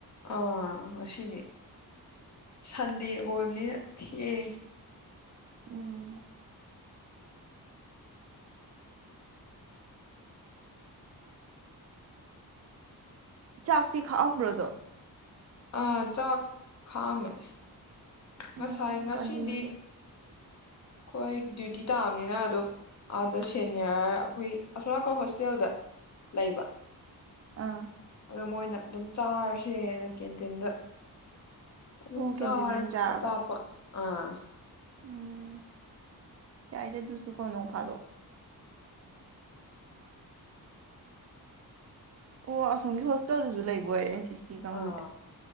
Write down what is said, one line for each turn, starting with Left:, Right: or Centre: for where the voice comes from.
Left: ꯑꯥ ꯉꯁꯤꯗꯤ ꯁꯟꯗꯦ ꯑꯣꯏꯕꯅꯤꯅ ꯊꯦꯡ
Right: ꯎꯝ ꯆꯥꯛꯇꯤ ꯈꯥꯛ ꯑꯃꯕ꯭ꯔꯗꯨꯝ
Left: ꯑ ꯆꯥꯛ ꯈꯥꯛꯑꯃꯦ
Right: ꯎꯝ
Left: ꯉꯁꯥꯏ ꯉꯁꯤꯗꯤ
Right: ꯀꯥꯟꯇꯤꯟ
Left: ꯑꯩꯈꯣꯏ ꯗ꯭ꯌꯨꯇꯤ ꯇꯥꯕꯅꯤꯅ ꯑꯗꯨꯝ ꯑꯥꯗ ꯁꯦꯅꯤꯌꯔ ꯑꯩꯈꯣꯏ ꯑꯁꯣꯝꯅꯥꯟ ꯍꯣꯁꯇꯦꯜꯗ ꯂꯩꯕ
Right: ꯑꯥ
Left: ꯑꯗꯣ ꯃꯣꯏꯅ ꯑꯗꯨꯝ ꯆꯥꯔꯁꯦꯅ ꯀꯦꯟꯇꯤꯟꯗ ꯑꯗꯨꯝ
Right: ꯑꯣ ꯀꯦꯟꯇꯤꯟꯗ
Left: ꯆꯥꯏ
Right: ꯑꯣꯏꯅ ꯆꯥꯔꯕ
Left: ꯑꯆꯥꯄꯣꯠ ꯑꯥ
Right: ꯎꯝ ꯆꯥꯏꯗ ꯗꯨꯁꯨ ꯀꯣ ꯅꯣꯡ ꯐꯥꯗꯣꯛ ꯑꯣ ꯑꯁꯪꯝꯒꯤ ꯍꯣꯁꯇꯦꯜꯗꯨꯁꯨ ꯂꯩꯕꯣꯏꯔꯦ ꯗꯤꯁꯇꯤ ꯀꯥꯡꯒꯨꯁꯦ
Left: ꯑꯥ